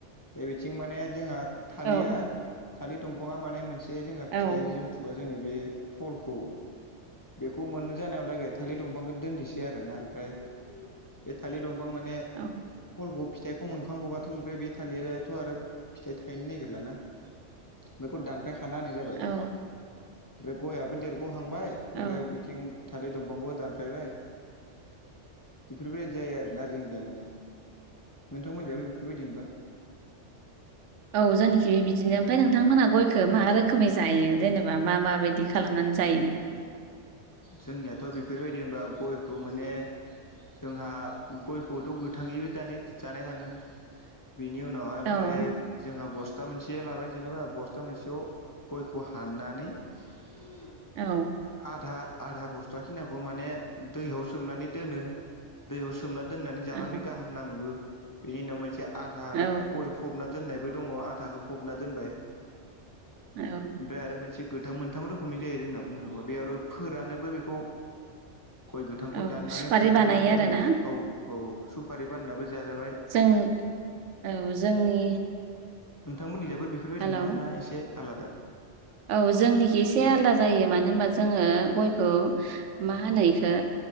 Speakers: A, on the left; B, on the right.
A: बे बिथिं माने जोंहा थालिआ
B: औ
A: थालिद दंफांआ माने मोनसे जोंहा
B: औ
A: फिथाइ जन्थुबा जोंनि बे फलखौ बेखौ मोननो जानायावलागै थालिर दंफांखौ दोननोसै आरो ना आमफ्राय बे थालिद दंफां माने
B: औ
A: फलखौ फिथाइखौ मोनखांग'बाथ' आमफ्राय बे थालिदाथ' आरो फिथाइ थाहैनो नागिरलाना बेखौ दानफायखाना होनाय जाबाय
B: औ
A: बे गयाबो देरग'हांबाय आमफ्राय
B: ओ
A: बिथिं थालिथ दंफांखौबो दानफायबाय बेफोरबादि जायो आरोना जोंनिजा माने नोंथांमोनि जायबो बेफोरबादिनोबा
B: औ जोंनिखैबो बिदिनो आमफ्राय नोंथांमोनहा गयखौ मा रोखोमै जायो जेनोबा मा माबायदि खालामनानै जायो
A: जोंनिआथ' बेफोरबादि होनबा गयखौ माने जोंहा गयखौथ' गोथाङैबो दानिक जानाय थाङो बिनि उनावहाय आमफ्राय
B: औ
A: जोंहा बस्था मोनसे लाबाय जेनोबा बस्था मोनसेआव गयखौ हाननानै उम
B: औ
A: आधा आधा बस्थु खिनाखौ माने दैयाव सोमनानै दोनो दैयाव सोमनानै दोननानै जानानै
B: औ
A: गाम नाङोबो बेनि उनाव मोनसे आधार
B: औ
A: गय फबना दोननायबो दङ आधाखौ फ'बना दोनबाय
B: औ
A: आमफ्राय आरो मोनसे गोथां मोनथाम रोखोमनि जायो जोंना बुंनो थाङोबा बे आरो फोराननोबो बेखौ गय गोथांखौ
B: औ
A: दाननानै
B: सुफारि
A: फोरानना
B: बानायो
A: दोननानै
B: आरोना
A: औ औ औ सुपारि बानाय नाबो जाजाबाय
B: जों औ जोंनि
A: नोंथांमोननिजोबो बेफोरबादि
B: हेलौ
A: नो ना एसे आलादा
B: औ जोंनिखि एसे आलदा जायो मानो होनबा जोङो गयखो मा होनो
A: औ
B: इखौ